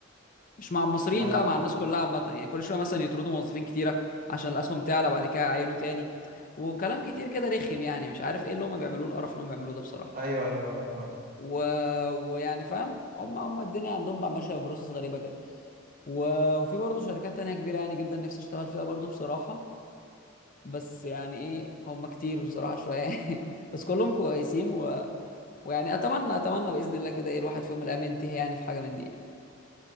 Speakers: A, on the left; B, on the right.
A: مش مع المصريين
B: اه
A: لا مع الناس كلها عامة يعني كل شوية مثلا يطردوا موظفين كتيرة عشان الأسهم تعلى بعد كده يعينوا تاني وكلام كتير كده رخم يعني مش عارف ايه اللي هم بيعملوه القرف اللي هم بيعملوه ده بصراحة
B: ايوه ايوه ايوه فاهم.
A: و... ويعني فاهم هم هم الدنيا عندهم بقى ماشية ببروسس غريبة كده و... وفي برضه شركات تانية كبيرة يعني جدا نفسي اشتغل فيها برضه بصراحة بس يعني ايه هم كتير بصراحة شوية <laughs> بس كلهم كويسين و... ويعني اتمنى اتمنى بإذن الله كده ايه الواحد في يوم من الايام ينتهي يعني في حاجة من دي يعني.